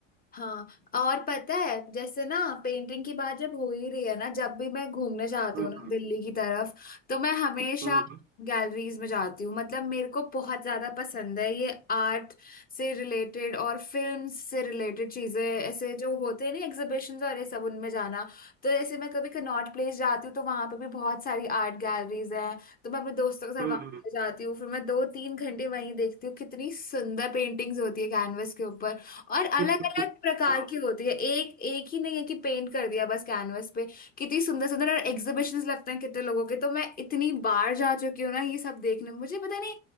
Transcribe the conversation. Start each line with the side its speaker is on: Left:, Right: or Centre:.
Left: हाँ, और पता है जैसे ना पेंटिंग की बात जब हो ही रही है ना जब भी मैं घूमने जाती
Right: हम्म
Left: हूँ ना
Right: हम्म
Left: दिल्ली की तरफ तो मैं हमेशा
Right: हम्म
Left: गैलरीज में जाती हूँ मतलब मेरे को बहुत ज्यादा पसंद है ये आर्ट से रिलेटेड और फिल्म से रिलेटेड चीजें ऐसे जो होते हैं ना एग्जीबिशंस और ये सब उनमें जाना तो ऐसे मैं कभी कनॉट प्लेस जाती हूँ तो वहां पे भी बहुत सारी आर्ट गैलरीज हैं तो मैं अपने दोस्तों के साथ
Right: हम्म
Left: वहां
Right: हम्म
Left: जाती हूँ फिर मैं दो तीन घंटे वहीं देखती हूँ कितनी सुंदर पेंटिंग्स होती है कैनवस के ऊपर और अलग
Right: <laughs>
Left: अलग प्रकार
Right: हाँ
Left: की होती है एक एक ही नहीं है कि पेंट कर दिया बस कैनवस पे कितनी सुंदर सुंदर और एग्जीबिशंस लगते हैं कितने लोगों के तो मैं इतनी बार जा चुकी हूँ ना ये सब देखने मुझे पता नहीं